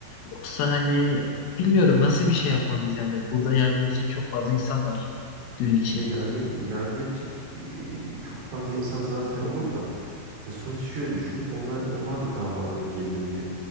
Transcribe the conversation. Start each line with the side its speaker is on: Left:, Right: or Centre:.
Left: Yoksa hani bilmiyorum nasıl bir şey yapmalıyız yani burada yardım edecek çok fazla insan var düğün için.
Right: ya yardım yardım edecek e, çok fazla insan zaten olur da Ya sonuçta şöyle düşün. Onlar onlar da damadın gelinin bir